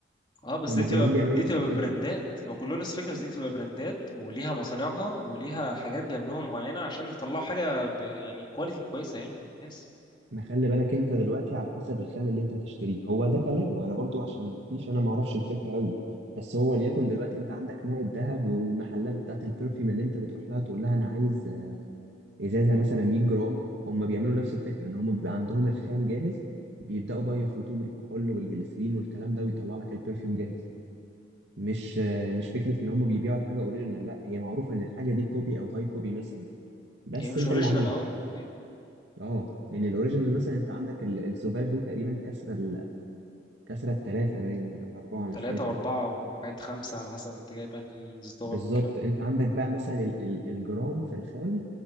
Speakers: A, on the left; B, on the right.
A: اه بس
B: هم
A: دي تبقى
B: كلهم بيعملوا
A: دي
B: نفس
A: تبقى
B: الفكره
A: براندات هو يعني كله نفس الفكره بس دي تبقى براندات وليها مصانعها وليها حاجات بيعملوها معينه عشان يطلعوا حاجه ب... يعني كواليتي كويسه يعني الناس
B: ما خلي بالك انت دلوقتي على حسب الخام اللي انت هتشتريه هو ده كلامه انا برضو عشان ما افتيش انا ما اعرفش الفكره قوي بس هو ليكن دلوقتي انت عندك ماء الذهب والمحلات بتاعت البرفيوم اللي انت بتروح لها تقول لها انا عايز ازازه مثلا 100 جرام هم بيعملوا نفس الفكره ان هم بيبقى عندهم الخام جاهز بيبداوا بقى يخلطوه بالكحول والجليسرين والكلام ده ويطلع لك البرفيوم جاهز مش آه، مش فكره ان هم بيبيعوا الحاجه اوريجينال لا هي معروفه ان الحاجه دي كوبي او هاي كوبي مثلا بس
A: هي مش
B: انت
A: اوريجينال
B: اللي عاملها
A: اه أيوة.
B: اه لان الاوريجينال مثلا انت عندك ال- السوفاج دي تقريبا كسره ال- كسره الثلاثه باين ولا الاربعه مش
A: تلاتة
B: فاكر
A: وأربعة وحاجات خمسة على حسب أنت جايب أنهي إصدار
B: بالظبط
A: والكلام
B: انت عندك بقى مثلا ال- ال- الجرام في الخام